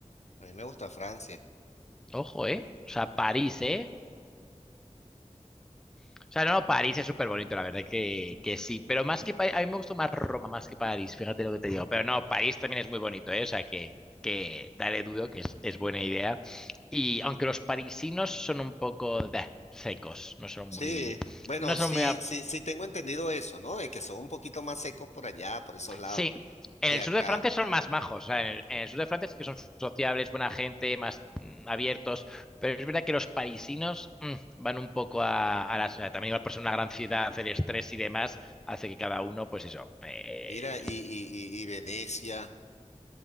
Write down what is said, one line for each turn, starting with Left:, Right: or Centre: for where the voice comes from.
Left: A mí me gusta Francia.
Centre: Ojo, ¿eh? O sea, París, ¿eh? O sea, no, no, París es súper bonito, la verdad que, que sí. Pero más que París, a mí me gustó más Roma más que París, fíjate lo que te digo. Pero no, París también es muy bonito, ¿eh? O sea, que, que dale dudo, que es, es buena idea. Y aunque los parisinos son un poco bah, secos, no son muy,
Left: Sí, bueno,
Centre: no son
Left: sí,
Centre: muy,
Left: sí, sí tengo entendido eso, ¿no? De que son un poquito más secos por allá, por esos lados,
Centre: Sí, en
Left: que
Centre: el
Left: acá.
Centre: sur de Francia son más majos. o sea, en el, en el sur de Francia sí que son sociables, buena gente, más mm, abiertos. Pero es verdad que los parisinos mm, van un poco a, a las. También igual por ser una gran ciudad, el estrés y demás hace que cada uno, pues eso, eh,
Left: Mira, y, y, y y Venecia.